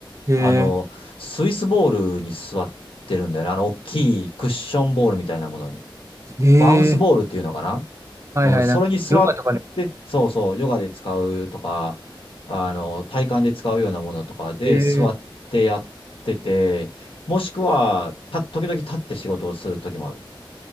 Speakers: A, on the right; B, on the left.
A: ええ
B: あの、スイスボールに座ってるんだよね。あの、大きいクッションボールみたいなものに。
A: ええ
B: バウンスボールっていうのかな
A: はいはい、
B: うん、それに座って、
A: なんか、ヨガとかね、
B: そうそう、ヨガで使うとか、あの、体幹で使うようなものとかで座ってやってて、
A: ええ
B: もしくは、た、時々立って仕事をする時もある。